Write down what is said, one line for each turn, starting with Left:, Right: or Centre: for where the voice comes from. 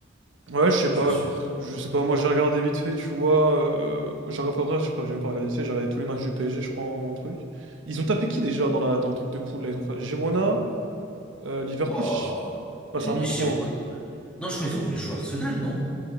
Right: Ouais, je sais pas,
Centre: Je suis pas
Right: genre,
Centre: sûr.
Right: je sais pas, moi, j'ai regardé vite fait, tu vois. Euh, j'ai- enfin, bref, je sais pas, j'ai même pas regardé vite fait, j'ai regardé tous les matchs du PSG, je crois, en truc. Ils ont tapé qui, déjà, dans la, dans le truc de poule, là? Ils ont fait Girona... Euh, Liverpool,
Centre: Waouh!
Right: je- ah,
Centre: Giron.
Right: ça remonte trop. hein.
Centre: Non, je crois qu'ils ont joué Arsenal, non?